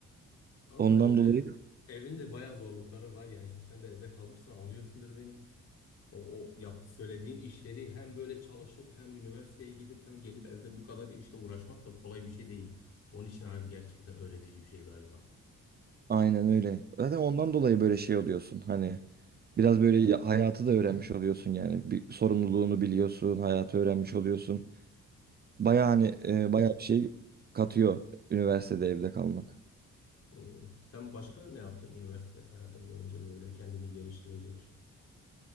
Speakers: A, on the left (about 55°); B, on the right (about 35°).
A: Ama
B: Ondan
A: ev,
B: dolayı
A: evin de bayağı zorlukları var. Yani şimdi sen de evde kalmışsın anlıyorsundur beni. O, o yap, söylediğin işleri hem böyle çalışıp hem üniversiteye gidip hem gelip evde bu kadar işle uğraşmak da kolay bir şey değil. Onun için abi gerçekten öğretici bir şey galiba.
B: Aynen öyle. Zaten ondan dolayı böyle şey oluyorsun. Hani biraz böyle ya- hayatı da öğrenmiş oluyorsun yani. Bir sorumluluğunu biliyorsun, hayatı öğrenmiş oluyorsun. Baya hani e, baya bir şey katıyor üniversitede evde kalmak.
A: Hmm. Sen başka ne yaptın üniversite hayatın boyunca böyle kendini geliştirecek